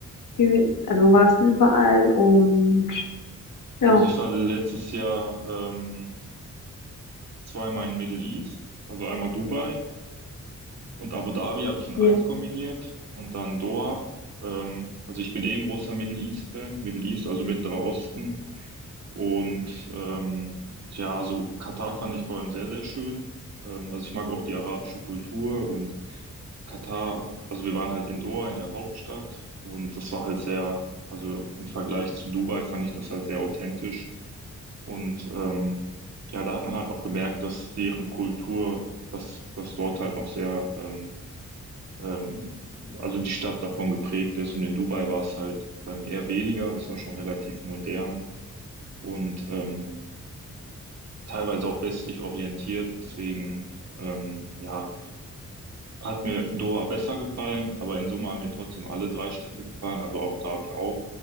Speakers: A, on the left (about 80°); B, on the right (about 60°).
A: gewesen? Also wo warst du überall? Und ja,
B: also ich war letztes Jahr ähm, zweimal in Middle East, also einmal Dubai und Abu Dhabi habe ich in
A: ja.
B: eins kombiniert und dann Doha. Ähm, also ich bin eh ein großer Middle East-Fan, Middle East, also Mittlerer Osten. Und ähm, ja, also Katar fand ich vor allem sehr, sehr schön. Ähm, also ich mag auch die arabische Kultur und Katar, also wir waren halt in Doha, in der Hauptstadt und das war halt sehr, also im Vergleich zu Dubai fand ich das halt sehr authentisch. Und ähm, ja, da hat man halt noch gemerkt, dass deren Kultur, dass, dass dort halt noch sehr ähm, ähm, also die Stadt davon geprägt ist. Und in Dubai war es halt ähm, eher weniger, das war schon relativ modern und ähm, teilweise auch westlich orientiert. Deswegen, ähm, ja, hat mir Doha besser gefallen, aber in Summe haben mir trotzdem alle drei Städte gefallen, also Abu Dhabi auch.